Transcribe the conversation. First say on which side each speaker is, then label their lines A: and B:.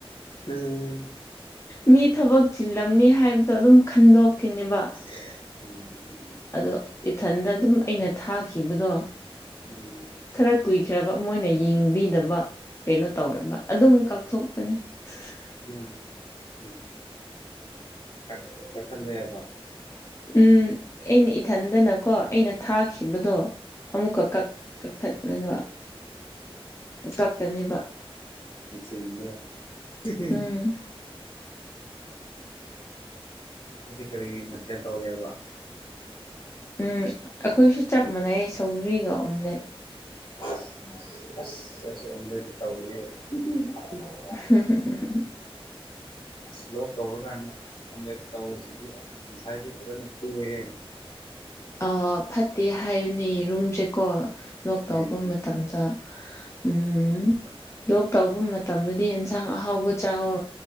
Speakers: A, on the left; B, on the left.
A: ꯎꯝ
B: ꯃꯤ ꯊꯕꯛ ꯆꯤꯜꯂꯝꯅꯤ ꯍꯥꯏꯕꯗꯣ ꯑꯗꯨꯝ ꯈꯟꯗꯣꯛꯈꯤꯅꯦꯕ
A: <unintelligible>
B: ꯑꯗꯣ ꯏꯊꯟꯗ ꯑꯗꯨꯝ ꯑꯩꯅ ꯊꯥꯈꯤꯕꯗꯣ
A: ꯎꯝ
B: ꯈꯔ ꯀꯨꯏꯈ꯭ꯔꯕ ꯃꯣꯏꯅ ꯌꯦꯡꯕꯤꯗꯕ ꯀꯩꯅꯣ ꯇꯧꯔꯕ ꯑꯗꯨꯝ ꯀꯛꯊꯣꯛꯄꯅꯦ <unintelligible>
A: ꯎꯝ ꯎꯝ ꯀꯛ ꯀꯛꯊꯠꯂꯦꯕ
B: ꯎꯝ ꯑꯩꯅ ꯏꯊꯟꯗꯅꯀꯣ ꯑꯩꯅ ꯊꯥꯈꯤꯕꯗꯣ ꯑꯃꯨꯛꯀ ꯀꯛ ꯀꯛꯊꯠꯋꯅꯕ ꯀꯛꯇꯅꯦꯕ
A: ꯃꯆꯤꯡꯗꯣ <unintelligible>
B: ꯎꯝ
A: ꯍꯥꯏꯗꯤ ꯀꯔꯤ ꯃꯊꯦꯜ ꯇꯧꯔꯤꯑꯕ
B: ꯎꯝ ꯑꯈꯣꯏꯁꯨ ꯆꯞ ꯃꯥꯟꯅꯩ ꯁꯧꯒ꯭ꯔꯤꯒ ꯑꯣꯝꯂꯦꯠ
A: <unintelligible> ꯑꯁ <unintelligible> ꯑꯣꯝꯂꯦꯠꯇ ꯇꯧꯏꯌꯦ <unintelligible>
B: <unintelligible>
A: ꯑꯁ ꯂꯣꯛ ꯇꯧꯔꯀꯥꯟꯗ ꯑꯁ ꯑꯣꯝꯂꯦꯠ ꯇꯧꯕꯁꯤꯗꯤ ꯑꯁ ꯉꯁꯥꯏꯗꯤ ꯐꯖꯅ ꯈꯨꯑꯦꯍꯦ
B: ꯑ ꯐꯠꯇꯦ ꯍꯥꯏꯕꯅꯦ ꯌꯦꯔꯨꯝꯁꯦꯀꯣ ꯂꯣꯛ
A: ꯎꯝ
B: ꯇꯧꯕ ꯃꯇꯝꯗ ꯎꯝ ꯂꯣꯛ ꯇꯧꯕ ꯃꯇꯝꯗꯗꯤ ꯑꯦꯟꯁꯥꯡ ꯑꯍꯥꯎꯕ ꯆꯥꯋꯣ